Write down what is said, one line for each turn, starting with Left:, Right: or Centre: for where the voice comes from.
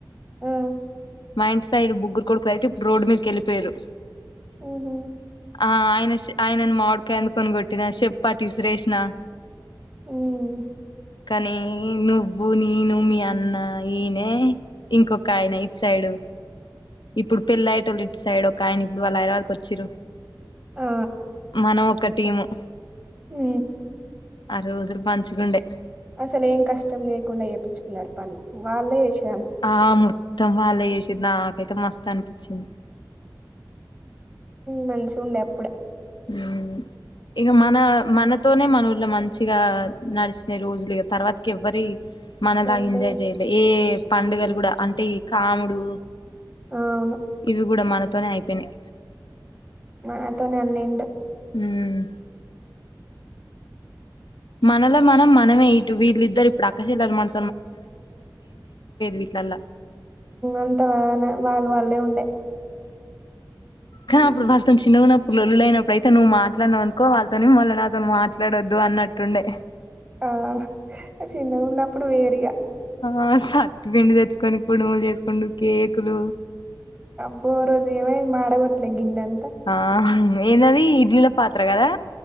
Right: ఆ
Left: మా ఇంటి సైడ్ బుగ్గురు కొడుకు అయితే ఇప్పుడు రోడ్ మీదకిెళ్ిపోయారు
Right: ఉఓ
Left: ఆ ఆయన ఆయన మామిడికా ఎందుకొని కొట్టిన చెప్పటి శ్రేష్ణ
Right: ఉమ్
Left: కానీ నువ్వు నీను మీ అన్న ఈయనే ఇంకొక ఆయన ఇట్ సైడు ఇప్పుడు పెళ్ళి అయ్యట వాళ్ళ ఇటు సైడ్ ఒక ఆయన ఇప్పుడు వాళ్ళు ఆయన వాళ్ళకి వచ్చారు
Right: ఆ
Left: మనం ఒక టీము
Right: హ
Left: ఆర రోజులు పనించికండే
Right: అసలు ఏం కష్టం లేకుండా చేయించుకున్నారు పళ్ని వాళ్ళే చే
Left: ఆ మొత్తం వాళ్ళ చేసింది నాకైతే మస్త అనిపించింది
Right: మంచిగా ఉండే అప్పుడే
Left: హ ఇక మన మనతోనే మన ఊళ్ళ మంచిగా నడిచిన రోజులు ఇక తర్వాతకి ఎవ్వరి మనలాగా
Right: అంతే
Left: ఎంజాయ్
Right: ఇగ
Left: చేయాలి ఏ పండుగలు కూడా అంటే ఈ కాముడు
Right: అవు
Left: ఇవి కూడా మనతోనే అయిపోయినాయి
Right: మనతో నన్నడు
Left: ఉమ్ మనలో మనం మనమే ఇటు వీళ్ళిద్దరు ఇప్పుడు అక్కసల మన వీట్లల్లా
Right: అంతనే వాళ్ళు వాళ్ళే ఉండే
Left: కా
Right: ఉమ్
Left: అప్పుడు వార్త చిన్నవున్నప్పుడు లలొల్లిలు అయినప్పుడు అయితే నువ్ మా ఇట్లని అనుకో వాళ్ళతోని మల్ల నాతోనీ మాట్లాడొద్దు అన్నట్టుండే
Right: ఆ చిన్నగా ఉన్నప్పుడు వేరుగా
Left: ఆ సత్తిపిండి తెచ్చుకొని కుడమలు చేసుకునీ కేకులు
Right: అబ్బ రోజు ఏమయింది మాడకోట్ల గిన్ని అంత
Left: ఆ ఎందది ఇడ్లీ పాత్ర కదా